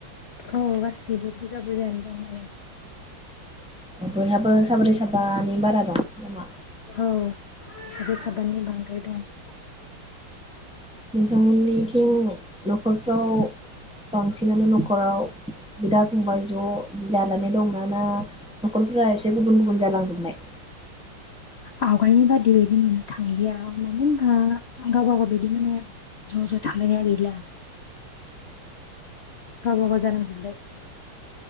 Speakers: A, on the left; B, in the centre.
A: औ गासिबो बुरजा बुरजायानो दं माने
B: बयहाबो साब्रै साबानि बारा दं नामा
A: औ साब्रै साबानि बांद्राय दं
B: नोंथांमोननिथिं न'खरफ्राव बांसिनानो न'खर। न'खराव बिदा फंबाय ज' बिदि जानानै दं नाना न'खरफोरा एसे गुबुन गुबुन जालांजोबबाय।
A: आवगायनि बादि बायदि नुनो थांलिया मानो होनबा गावबा गाव बिदि माने ज' ज' थालायनाया गैला। गावब गाव जालांजोबबाय।